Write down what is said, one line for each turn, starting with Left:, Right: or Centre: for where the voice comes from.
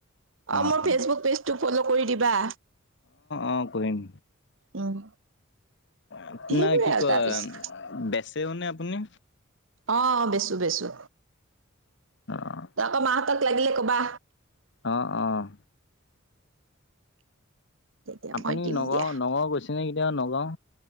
Left: অ',
Right: আৰু মোৰ ফেচবুক
Left: অ',
Right: পেজটো ফল্লো কৰি দিবা।
Left: অঁ কৰিম।
Right: উম।
Left: আপোনাৰ
Right: সেইবোৰে
Left: কি
Right: আৰু
Left: কয়
Right: তাৰপিছত
Left: বেচেও নে আপুনি?
Right: অঁ' বেচো বেচো
Left: অ',
Right: আকৌ মাহঁতক লাগিলে কবা।
Left: অঁ অঁ।
Right: তেতিয়া
Left: আপুনি
Right: মই দিম
Left: নগাঁও,
Right: দিয়া
Left: নগাঁও গৈছেনে কেতিয়াবা নগাঁও?